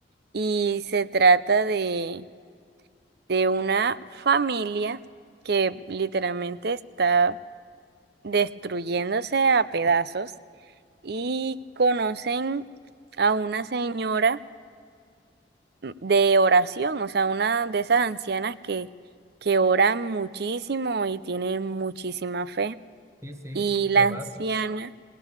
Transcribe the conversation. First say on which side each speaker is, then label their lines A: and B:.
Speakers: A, on the right; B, on the right.
A: Y se trata de, de una familia que literalmente está destruyéndose a pedazos y conocen a una señora de oración, o sea, una de esas ancianas que, que oran muchísimo y tienen muchísima fe.
B: Sí, sí,
A: Y la
B: ¿qué pasa?
A: anciana,